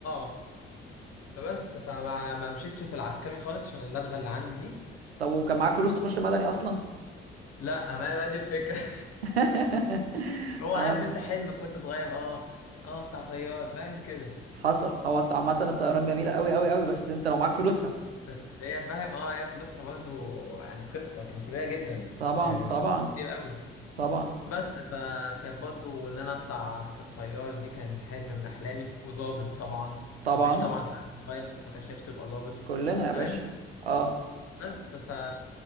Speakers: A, on the left; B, on the right.
A: آه. فبس فما ما مشيتش في العسكري خالص عشان اللدغه اللي عندي دي
B: طب وكان معاك فلوس تخش مدني اصلا
A: لا ما هي بقى دي الفكره <laughs>
B: <laughs>
A: هو
B: اه
A: عارف انت حلمك وانت صغير اه اه اطلع طيار فاهم كده
B: حصل هو عامة الطيران جميلة قوي قوي قوي بس انت لو معاك فلوسها
A: بس هي فاهم اه هي فلوسها برضو يعني قصة كبيرة جدا
B: طبعا
A: يعني
B: طبعا
A: بتاخد كتير قوي
B: طبعا
A: بس فكان برضو ان انا اطلع ط- طيار دي كان حلم من احلامي وظابط طبعا
B: طبعا
A: مفيش طبعا حد صغير ما كانش نفسه يبقى ظابط
B: كلنا يا باشا
A: فاهم
B: اه
A: بس ف...